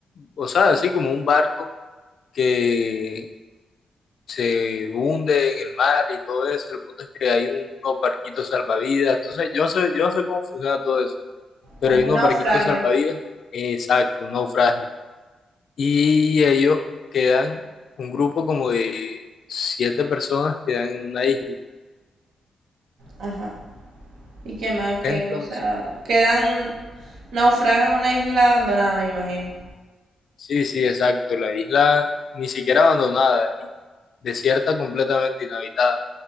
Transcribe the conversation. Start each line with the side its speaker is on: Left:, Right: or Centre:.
Left: o sea, así como un barco que se hunde en el mar y todo eso. El punto es que hay unos barquitos salvavidas. Entonces, yo no sé, yo no sé cómo funciona todo eso, pero
Right: como
Left: hay unos
Right: un naufragio.
Left: barquitos salvavidas, eh, exacto, un naufragio. Y ellos quedan, un grupo como de siete personas quedan en una isla.
Right: Ajá. ¿Y qué más que,
Left: Entonces,
Right: o sea, quedan naufragan en una isla abandonada, me imagino?
Left: sí, sí, exacto, la isla ni siquiera abandonada, y desierta completamente inhabitada,